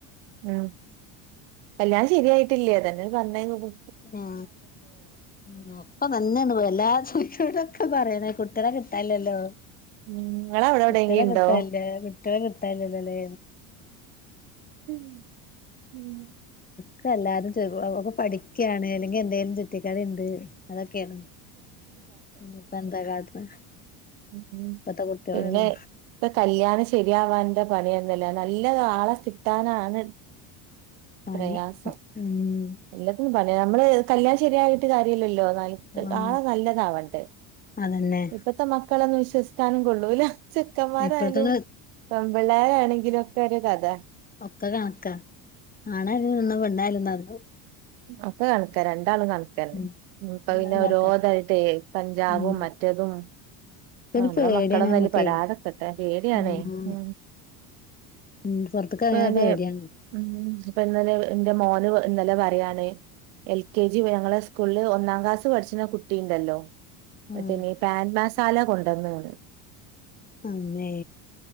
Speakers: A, on the right (about 75°); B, on the left (about 20°).
A: ഉം കല്യാണം ശരിയായിട്ടില അതന്നെ പറഞ്ഞ നോക്ക
B: ആ ന്നോപ്പ തന്നെയാണ് പോ എല്ലാ ചോദിച്ച ക്കെ പറയ്േന്ന കുട്ടളേ കിട്ടാലല്ലോ
A: നിങ്ങളവിടെ എവിടെയെങ്കിലും
B: കുട്ടികളെ
A: ഇണ്ടോ
B: കിട്ടാല്ല കുട്ടികളെ കിട്ടാല്ലല്ലോല്ലേ
A: ഉം ഉം
B: ക്കെ എല്ലാരും ചെക അപ്പപടിക്കാണ് അല്ലെങ്കി എന്തെലും ചുറ്റകളിണ്ട് അതൊ കേണ് ഇഞ്ഞിപ്പ ന്താ കാട്ടണ്
A: ഉ
B: ഇപ്പത്തെ കുട്ടികളല്ലേ
A: പിന്നെ ഇപ്പൊ കല്യാണം ശരിയാവാൻന്ത പണിന്നല്ലാ നല്ല രാളെ കിട്ടാനാണ്
B: പണി
A: പ്രയാസം
B: ഉം
A: എല്ലത്തിന്നും പറ നമ്മള് കല്യാണം ശരിയായിട്ട് കാര്യല്ലല്ലോ
B: ആഹ്
A: ആളെ നല്ലതാവണ്ടേ
B: അതന്നെ
A: ഇപ്പത്തെ മക്കളൊന്നും വിശ്വസിക്കാനും കൊള്ളൂല്ല ചെക്കന്മാരായാലും
B: ഇപ്പഴത്തന്നെ
A: പെമ്പിള്ളേരാണെങ്കിലും ഒക്കെ ഒരു കതെ
B: ഒക്ക കണക്ക ആണായാലും നന്നും പെണ്ണായാലും നടന്നു.
A: ഒക്ക കണക്ക രണ്ടാളും കണക്കെന്നെ
B: ഉം
A: ഇപ്പ
B: എല്ലാം
A: പിന്നെ
B: കണക്കന്നെ
A: ഓരോതായിട്ടെ കഞ്ചാവും
B: ഉം
A: മറ്റ മ റ്റതും
B: ഇപ്പൊരു
A: അനമ്മളെ
B: പേടിയാണ്
A: മക്കളൊന്നും
B: നമ്മക്കേ
A: അതില് പെടാതിരിക്കട്ടെ പേടിയണേ
B: ആഹ്
A: ഉ
B: ഉം പൊറത്ത്ക്ക്
A: ഇപ്പന്
B: എറങ്ങാൻ പേടിയാണ്
A: ഉ ഇപ്പ ഇന്നലെ എന്റെ മോന് ഇന്നലെ പറയാണ് എൽ കെ ജി ഞങ്ങളെ സ്കൂളിൽ ഒന്നാം ക്ലാസ് പഠിച്ണകുട്ടിുണ്ടല്ലോ
B: ആഹ്
A: നോക്കണ്യപാൻ മസാല കൊണ്ട നീണ്
B: ആമ്മേ